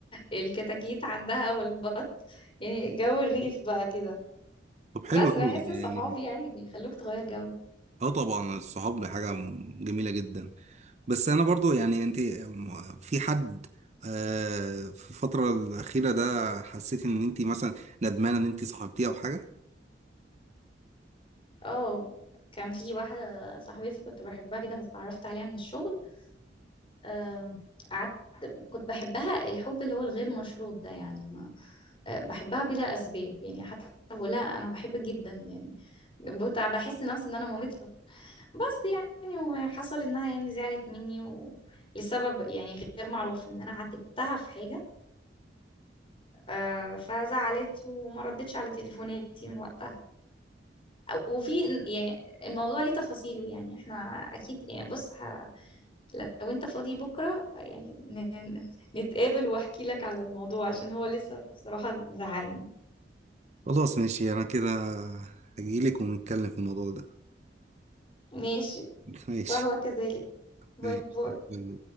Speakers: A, on the left; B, on the right.
A: الكتاكيت عندها والبط يعني جو الريف بقى كده
B: طب حلو
A: بس
B: قوي
A: بحس
B: يعني
A: صحابي يعني بيخلوك تغير جو
B: اه طبعا الصحاب دي حاجه م- جميله جدا بس انا برضو يعني انت م- في حد آه، في الفتره الاخيره ده حسيت ان انت مثلا ندمانه ان انت صاحبتيه او حاجه
A: اه كان في واحدة صاحبتي كنت بحبها جدا بس اتعرفت عليها من الشغل آم، قعدت كنت بحبها الحب اللي هو الغير مشروط ده يعني ما آه، بحبها بلا أسباب يعني حتى ولا أنا بحبك جدا يعني بتع- بحس نفسي إن أنا مامتها بس يعني وحصل إنها يعني زعلت مني و... لسبب يعني غير معروف إن أنا عاتبتها في حاجة آه، فزعلت وما ردتش على تليفوناتي من وقتها وفي يعني الموضوع ليه تفاصيله يعني احنا اكيد يعني بص ه- لو انت فاضي بكرة يعني ن- ن- نتقابل واحكي لك على الموضوع عشان هو لسه بصراحة مزعلني
B: خلاص ماشي انا كده هجيلك ونتكلم في الموضوع ده
A: ماشي
B: <laughs> ماشي
A: وهو كذلك باي
B: ماشي
A: باي